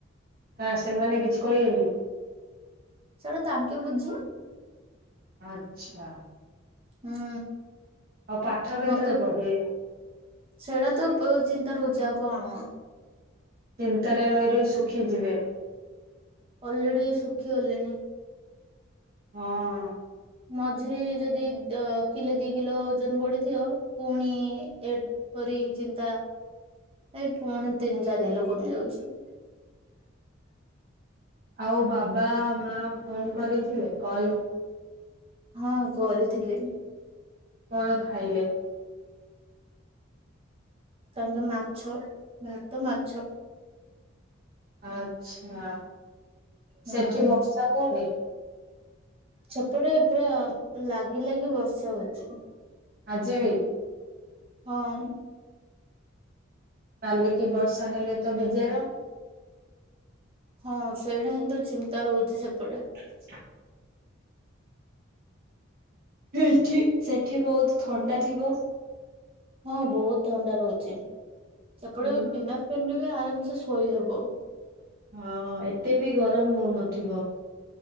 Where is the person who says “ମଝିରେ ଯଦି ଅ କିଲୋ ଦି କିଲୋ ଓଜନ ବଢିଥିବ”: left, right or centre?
Right